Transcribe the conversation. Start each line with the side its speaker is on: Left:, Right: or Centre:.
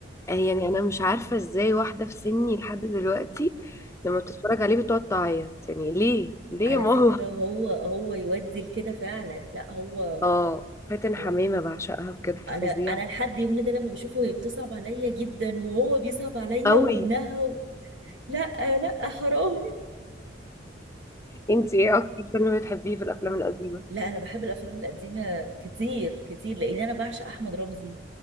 Left: آه، يعني انا مش عارفة ازاي واحدة في سني لحد دلوقتي لما بتتفرج عليه بتقعد تعيط يعني ليه ليه
Right: على
Left: يا ماما
Right: فكره هو هو يودي لكده فعلا لا هو
Left: اه فاتن
Right: هو-
Left: حمامة بعشقها بجد
Right: انا
Left: فظيعة
Right: انا لحد يومنا ده لما بشوفه هي بتصعب عليا جدا وهو بيصعب عليا
Left: قوي
Right: وابنها و... لا لا حرام
Left: انتي ايه اكتر فيلم بتحبيه في الافلام القديمة
Right: لا انا بحب الافلام القديمه كتير كتير لان انا بعشق احمد رمزي